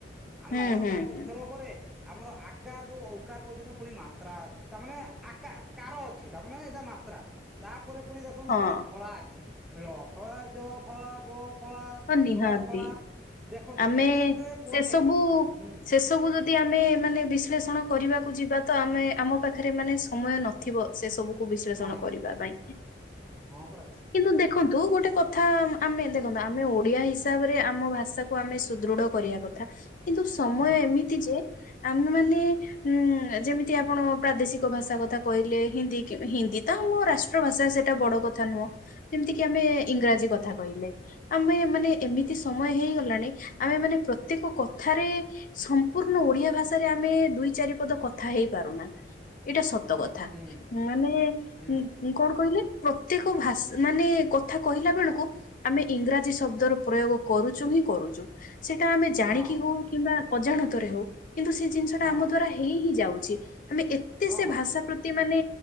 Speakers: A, in the centre; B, on the left.
A: ଆମେ
B: ହୁଁ
A: ଅଣଚାଶ
B: ହୁଁ ହୁଁ
A: ଅକ୍ଷର ଉପରେ ଆମର ଆକାରରୁୁ ଅଉକାର ପର୍ଯ୍ୟନ୍ତ ପୁଣି ମାତ୍ରା ତାମାନେ ଆକା କାର ଅଛି ତାମାନେ ଏଇଟା ମାତ୍ରା। ତାପରେ ପୁଣି ଦେଖନ୍ତୁ
B: ହଁ
A: ଆମର ଫଳା ଅଛି ଫଳାଯ ଫଲା। ଫଳା
B: ହଁ ନିହାତି
A: ର ଫଳା ଦେଖନ୍ତୁ
B: ଆମେ
A: ଏତେ ଗୁଡା ପରେ
B: ସେ ସବୁ
A: ହୁଁ।
B: ସେ ସବୁ ଯଦି ଆମେ ମାନେ ବିଶ୍ଳେଷଣ କରିବାକୁ ଯିବା ତ ଆମେ ଆମ ପାଖରେ ମାନେ ସମୟ ନଥିବ ସେ ସବୁ ବିଶ୍ଳେଷଣ
A: ନାଇଁ
B: କରିବା ପାଇଁ
A: ହଁ ପରା
B: କିନ୍ତୁ ଦେଖ ଦେଖନ୍ତୁ ଗୋଟେ କଥା ଆମେ ଦେଖନ୍ତା। ଆମେ ଓଡିଆ ହିସାବରେ ଆମ ଭାଷାକୁ ଆମେ ସୁଦୃଢ କରିବା କଥା। କିନ୍ତୁ ସମୟ
A: ହୁଁ
B: ଏମିତି ଯେ ଆମେ ମାନ ଉଁ ଯେମିତି ଆପଣ ପ୍ରାଦେଶିକ ଭାଷା କଥା କହିଲେ ହିନ୍ଦୀ ହିନ୍ଦୀ ତ ଆମ ରାଷ୍ଟ୍ର ଭାଷା ସେଇଟା ବଡ କଥା ନୁହଁ ଯେମିତିକି ଆମେ ଇଂରାଜୀ
A: ହୁଁ
B: କଥା କହିଲେ। ଆମେ ମାନେ ଏମିତି ସମୟ ହେଇଗଲାଣି ଆମେ ମାନେ ପ୍ରତ୍ୟେକ କଥାରେ ସମ୍ପୂର୍ଣ୍ଣ ଓଡିଆ ଭାଷାରେ ଆମେ ଦୁଇ ଚାରି ପଦ କଥା ହେଇ ପାରୁନା ଏଇଟା ସତ। କଥା
A: ହୁଁ
B: ମାନେ
A: ହୁଁ
B: କଣ କହିଲେ ପ୍ରତ୍ୟେକ ଭାଷା ମାନେ? କଥା କହିଲା ବେଳକୁ ଆମେ ଇଂରାଜି ଶଦ୍ଦ ର ପ୍ରୟୋଗ କରୁଚୁ ହିଁ କରୁଛୁ। ସେଇଟା ଆମେ ଜାଣିକି
A: ହଁ
B: ହଉ କିମ୍ବା ଅଜାଣତରେ ହଉ କିନ୍ତୁ ସେ ଜିନ୍ସ ଟା
A: ହଁ
B: ଆମ ଦ୍ୱାରା ହେଇହିଁ ଯାଉଛି। ଆମେ ଏତେ
A: ହଁ
B: ସେ ଭାଷା ପ୍ରତି ମାନେ